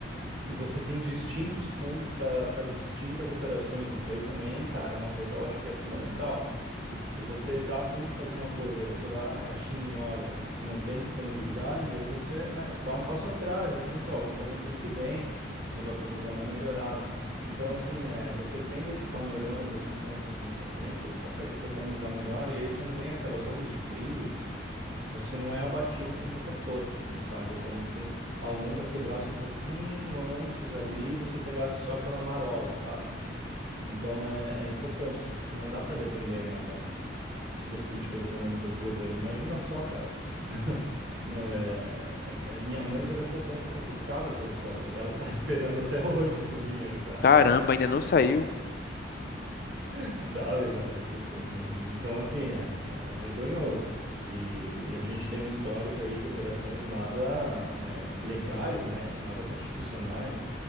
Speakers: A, on the right; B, on the left.
A: E você tem distintos fundos para para distintas operações. Isso aí também, cara, é uma coisa que eu acho que é fundamental. Porque se você tá afim de fazer uma coisa, aí você vai lá na caixinha e olha, e não tem disponibilidade, aí você, né, dá um passo atrás. De repente, ó, vamos fazer no mês que vem, quando a coisa dá uma melhorada. Então, assim, é, você tendo esse panorama das finanças na sua frente, você consegue se organizar melhor. E aí, quando vem aquelas ondas de crise, você não é abatido com tanta força, assim, sabe? É como se a onda quebrasse um pouquinho antes ali e você pegasse só aquela marola, sabe? Então é, é importante, assim, porque não dá para depender, né, da, das políticas econômicas do governo. Imagina só, cara. <laughs> É, é, minha mãe teve a poupança confiscada pelo Collor. Ela tá <laughs> esperando até hoje esse dinheiro, cara.
B: Caramba, ainda não saiu.
A: <laughs> Sabe, cara? Tipo, e- então assim, é, é vergonhoso. E, a gente tem um histórico aí de operações nada é, legais, né? Nada constitucionais.